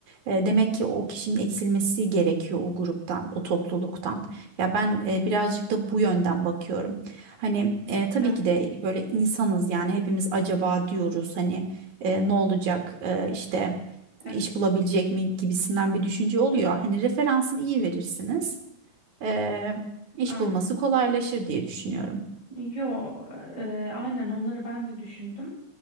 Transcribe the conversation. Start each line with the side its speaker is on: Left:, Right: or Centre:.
Right: e, demek ki o kişinin eksilmesi gerekiyor o gruptan, o topluluktan. Ya ben e, birazcık da bu yönden bakıyorum. Hani e, tabii
Left: Evet,
Right: ki de böyle insanız yani hepimiz acaba diyoruz hani e, ne olacak e, işte iş
Left: evet,
Right: bulabilecek mi gibisinden bir düşünce oluyor. Hani referansını iyi verirsiniz. Eee iş
Left: aynen.
Right: bulması kolaylaşır diye düşünüyorum.
Left: Yo, e, aynen onları ben de düşündüm.